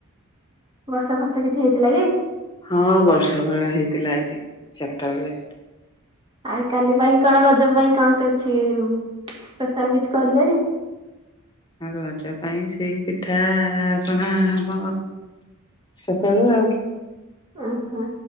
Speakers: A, on the right; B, on the left.
A: ବର୍ଷା ଫର୍ଷା କିଛି ହେଇଥିଲା କି।
B: ହଁ ବର୍ଷା ବେଳା ହେଇଥିଲା ଆଜି ଚାରିଟା ବେଳେ।
A: ଆଉ କାଲି ପାଇଁ କଣ ରଜ ପାଇଁ କଣ କିଛି। ସ୍ପେଶାଲ କିଛି କଲେଣି।
B: ଆଉ ରଜ ପାଇଁ ସେଇ ପିଠା ପଣା ହବ ସକାଳୁ ଆଉ।
A: ଓହୋ